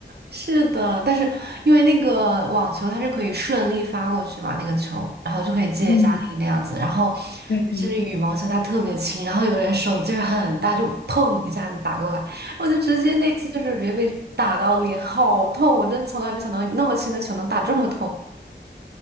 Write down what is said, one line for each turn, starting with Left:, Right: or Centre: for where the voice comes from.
Right: 是的，但是因为那个网球它是可以顺利发过去嘛，那个球，然后就可以借一下力那样子。
Left: 嗯，
Right: 然后
Left: 对对，
Right: 是羽毛球，它特别轻，然后有人手劲儿很大，就砰一下子打过来，我就直接那次就是直接被打到脸好痛，我真的从来没想到那么轻的球能打这么痛。